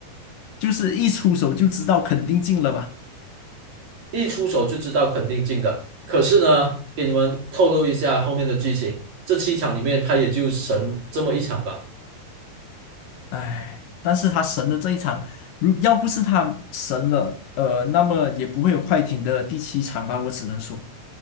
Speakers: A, on the left; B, on the right.
A: 就是一出手就知道肯定进了吧？
B: 一出手就知道肯定进的。可是呢，给你们透露一下后面的剧情，这七场里面他也就神这么一场吧，
A: 唉，但是他神的这一场，如要不是他神了，呃，那么也不会有快艇的第七场吧？我只能说，